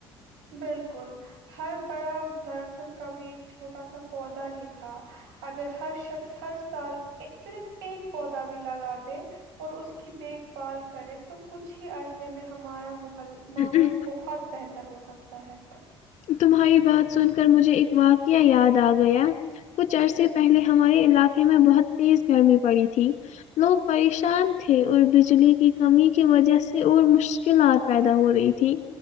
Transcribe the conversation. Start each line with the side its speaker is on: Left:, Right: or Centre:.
Right: بالکل ہر بڑا درخت کا بھی ایک چھوٹا سا پودا ہی تھا اگر ہر شخص ہر سال صرف ایک پودا بھی لگاتے اور اس کی دیکھ پال کرے تو کچھ ہی عرصے میں ہمارا مح
Left: ہے
Right: ماحول بہت بہتر ہو سکتا لتا ہے
Left: تمہاری بات سن کر مجھے ایک واقعہ یاد آ گیا کچھ عرصے پہلے ہمارے علاقے میں بہت تیز گرمی پڑی تھی لوگ پریشان تھے اور بجلی کی کمی کی وجہ سے اور مشکلات پیدا ہو رہی تھی